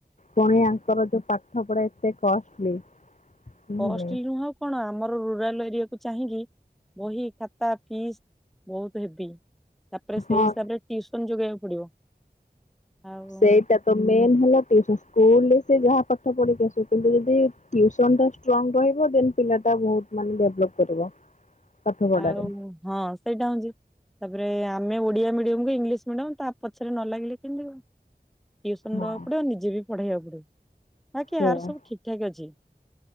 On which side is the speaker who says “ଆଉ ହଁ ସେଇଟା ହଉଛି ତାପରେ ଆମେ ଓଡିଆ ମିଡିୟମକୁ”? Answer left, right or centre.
Centre